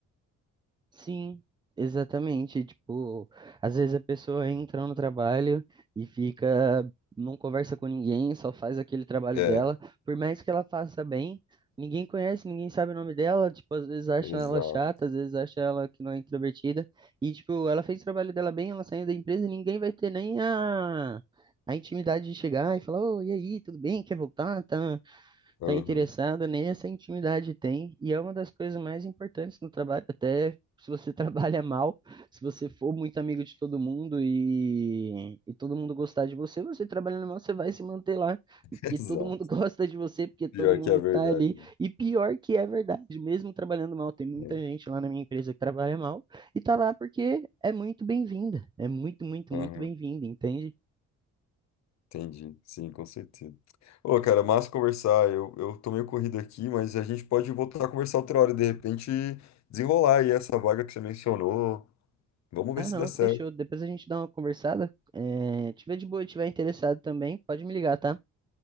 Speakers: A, on the right; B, on the left.
A: Sim, exatamente. Tipo, às vezes a pessoa entra no trabalho e fica, não conversa com ninguém, só faz aquele trabalho
B: É,
A: dela. Por mais que ela faça bem, ninguém conhece, ninguém sabe o nome dela. Tipo, às vezes acham
B: exato.
A: ela chata, às vezes acham ela que não é introvertida. E, tipo, ela fez o trabalho dela bem, ela saiu da empresa e ninguém vai ter nem a, a intimidade de chegar e falar, ô, e aí, tudo bem? Quer voltar? Tá? está
B: Aham,
A: interessada, nem essa intimidade tem, e é uma das coisas mais importantes no trabalho, até se você <laughs> trabalha mal, se você for muito amigo de todo mundo e, e todo mundo gostar de você, você trabalhando mal, você vai se manter lá,
B: <laughs>
A: porque
B: Exato.
A: todo mundo <laughs> gosta de você, porque todo
B: Pior
A: mundo
B: que é verdade.
A: tá ali, e pior que é verdade, mesmo trabalhando mal, tem muita
B: né?
A: gente lá na minha empresa que trabalha mal, e tá lá porque é muito bem-vinda, é muito, muito,
B: É,
A: muito
B: aham,
A: bem-vinda, entende?
B: Entendi. Sim, com certeza. Ô, cara, massa conversar. Eu, eu tô meio corrido aqui, mas a gente pode voltar a conversar outra hora. De repente, desenrolar aí essa vaga que você mencionou. Vamos
A: Ah,
B: ver se
A: não,
B: dá certo.
A: fechou. Depois a gente dá uma conversada. É, tiver de boa, e tiver interessado também, pode me ligar, tá?